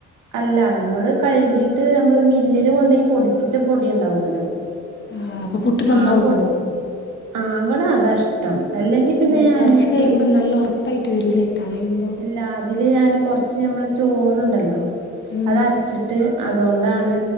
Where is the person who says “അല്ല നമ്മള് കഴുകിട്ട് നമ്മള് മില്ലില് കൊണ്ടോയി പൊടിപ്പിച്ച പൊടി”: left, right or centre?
Right